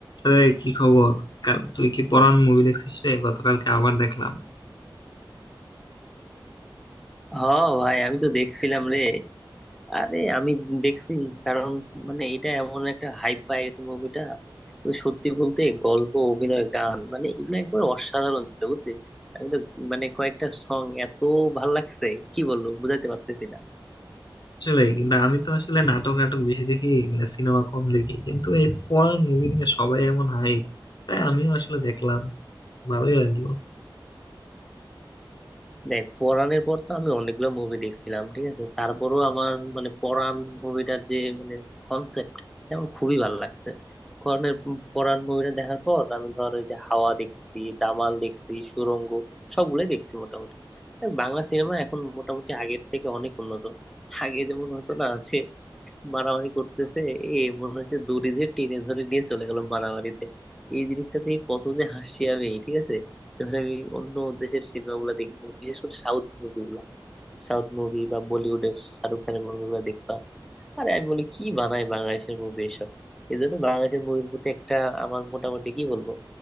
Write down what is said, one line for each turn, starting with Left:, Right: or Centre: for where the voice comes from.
Left: আরে কি খবর কাল তুই কি পরান মুভি দেখছিস রে গতকালকে আবার দেখলাম
Centre: হ ভাই আমি তো দেখছিলাম রে আরে আমি দেখছি কারণ মানে এটা এমন একটা হাইপ পায় গেছে মুভিটা তো সত্যি বলতে গল্প অভিনয় গান মানে এগুলো একবার অসাধারণ ছিল বুঝছিস আমি তো মানে কয়েকটা সং এত ভাল লাগছে কি বলবো বুঝাইতে পারতেছি না
Left: আসলে কিন্তু আমি তো আসলে নাটক নাটক বেশি দেখি মানে সিনেমা কম দেখি কিন্তু এই পরান মুভি নিয়ে সবাই এমন হাইপ তাই আমিও আসলে দেখলাম ভালোই লাগলো
Centre: দেখ পরাণের পর তো আমি অনেকগুলো মুভি দেখছিলাম ঠিক আছে তারপরও আমার মানে পরাণ মুভিটার যে মানে কনসেপ্ট আমার খুবই ভালো লাগছে পরাণের পরাণ মুভিটা দেখার পর আমি ধর ওই যে হাওয়া দেখছি দামাল দেখছি সুড়ঙ্গ সবগুলোই দেখছি মোটামুটি দেখ, বাংলা সিনেমা এখন মোটামুটি আগের থেকে অনেক উন্নত আগে যেমন হতো না যে মারামারি করতেছে এ মনে হচ্ছে দড়ি দিয়ে টেনে ধরে নিয়ে চলে গেল মারামারিতে এই জিনিসটা দেখে কত যে হাসি আমি ঠিক আছে ধরেন আমি অন্য দেশের সিনেমা গুলা দেখি মানে বিশেষ করে সাউথ মুভি গুলা সাউথ মুভি বা বলিউডের শাহরুখ খানের মুভি গুলা দেখতাম আরে আমি বলি কি বানায় বাংলাদেশের মুভি এসব এই জন্য বাংলাদেশের মুভির প্রতি একটা আমার মোটামুটি কি বলবো